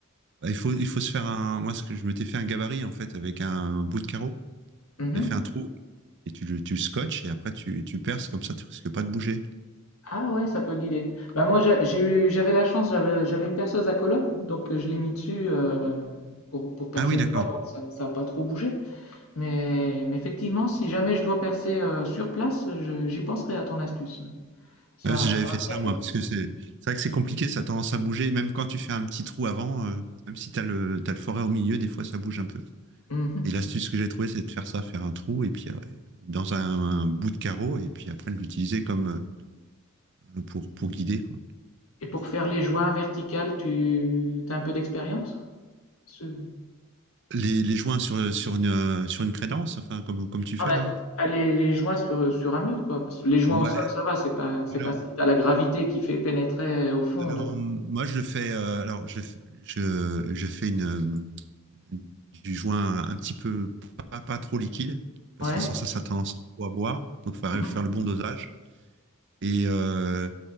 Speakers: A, on the right; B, on the left.
A: bah, il faut, il faut se faire un. Moi, ce que je m'étais fait un gabarit en fait avec un, un bout de carreau.
B: Mhm.
A: J'ai fait un trou et tu, le- tu le scotches et après tu, tu perces comme ça, tu risques pas de bouger.
B: Ah ouais, ça peut guider. Bah moi j'ai j'ai eu, j'avais la chance, j'avais j'avais une perceuse à colonne, donc euh, je l'ai mis dessus euh, pour, pour percer
A: Ah oui, d'accord.
B: le toit, donc ça, ça a pas trop bougé. Mais, mais effectivement, si jamais je dois percer euh, sur place, je- j'y penserai à ton astuce. Ça,
A: Ouais, si j'avais
B: ça va
A: fait
B: me
A: ça,
B: servir.
A: moi, parce que c'est c'est vrai que c'est compliqué, ça a tendance à bouger. Et Même quand tu fais un petit trou avant, euh, même si t'as le, t'as le forêt au milieu, des fois ça bouge un peu.
B: Mhm.
A: Et l'astuce que j'ai trouvée, c'est de faire ça, faire un trou, et puis euh, dans un, un bout de carreau, et puis après de l'utiliser comme euh, pour, pour guider, quoi.
B: Et pour faire les joints verticales, tu as un peu d'expérience? Ce-
A: Les, les joints sur, sur une, euh, sur une crédence, enfin, comme, comme tu
B: Enfin,
A: fais
B: ouais,
A: là.
B: pas les, les joints sur, sur un mur, quoi. Parce que les joints
A: Ouais,
B: au sol, ça va, c'est pas, c'est
A: alors,
B: facile. T'as la gravité qui fait pénétrer au fond
A: alors
B: de...
A: moi je le fais, euh, alors je, je, je fais une, euh, du joint un petit peu pas, pas trop liquide, parce
B: Ouais.
A: que sans ça, ça a tendance à boire. Donc, il faut
B: Mhm.
A: faire le bon dosage. Et, euh,